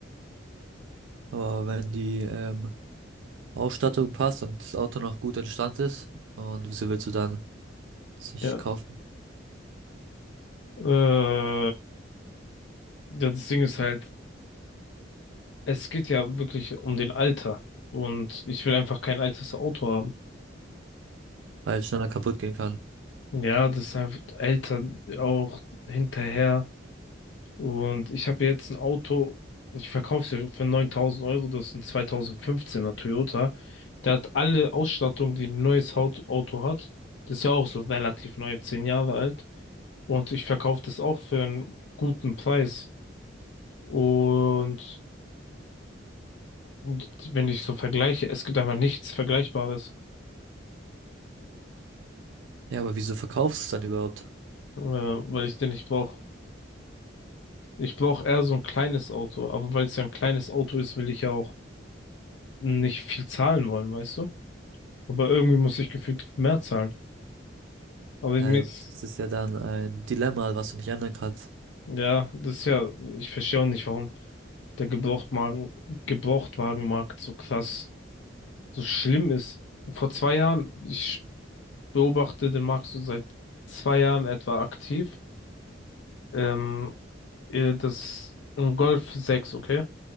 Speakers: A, on the right (about 80°); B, on the left (about 70°).
A: aber wenn die ähm, Ausstattung passt und das Auto noch gut in Stand ist, und wieso willst du dann sich
B: Ja.
A: kaufen,
B: Äh, ja, das Ding ist halt, Es geht ja wirklich um den Alter. Und ich will einfach kein altes Auto haben.
A: weil es schneller kaputt gehen kann?
B: Ja, das ist einfach älter auch hinterher. Und ich habe jetzt ein Auto, ich verkaufe es ja für 9000 Euro, das ist ein 2015er Toyota. Der hat alle Ausstattung, die ein neues Haut- Auto hat. Das ist ja auch so relativ neu, 10 Jahre alt. Und ich verkaufe das auch für einen guten Preis. Und, und wenn ich so vergleiche, es gibt einfach nichts Vergleichbares.
A: Ja, aber wieso verkaufst du es dann überhaupt?
B: Ja, weil ich den nicht brauche. Ich brauche eher so ein kleines Auto, aber weil es ja ein kleines Auto ist, will ich ja auch nicht viel zahlen wollen, weißt du? Aber irgendwie muss ich gefühlt mehr zahlen. Aber
A: Ja,
B: mir ist,
A: das ist ja dann ein Dilemma, was du nicht ändern kannst.
B: ja, das ist ja, ich verstehe auch nicht, warum der Gebrauchtwagen, Gebrauchtwagenmarkt so krass, so schlimm ist. Vor zwei Jahren, ich beobachte den Markt so seit zwei Jahren etwa aktiv, ähm, äh, das ein Golf 6 okay?